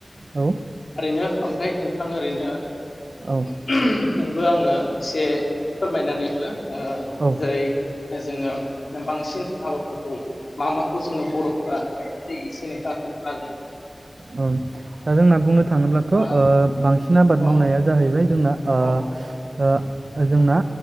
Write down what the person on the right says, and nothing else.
औ
औ
औ
औ दा जोंना बुंनो थाङोब्ला
थ ओ बां सिन आबाद
मावनाया जाहैबाय जोंना ओ
जोंना